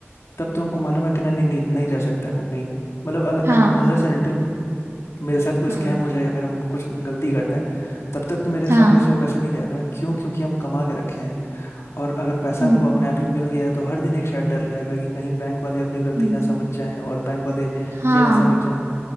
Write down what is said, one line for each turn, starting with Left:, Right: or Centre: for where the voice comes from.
Left: तब तो हमको मालूम है कि नहीं नहीं, नहीं जा सकता है वो कहीं मतलब
Right: हाँ
Left: अनलेस एंड अनटिल मेरे साथ कोई स्कैम
Right: हम्म
Left: हो जाए या फिर हम कुछ गलती कर दें तब तक तो मेरे
Right: हाँ
Left: सामने से वो पैसा नहीं जाएगा ना क्यों क्योंकि हम कमा के रखे हैं और अगर पैसा
Right: हम्म
Left: हमको अपने आप ही मिल गया है तो हर दिन एक शायद डर रहेगा कि कहीं बैंक वाले अपनी गलती
Right: हम्म,
Left: ना समझ जाएं और बैंक वाले
Right: हाँ
Left: ये ना समझ जाएं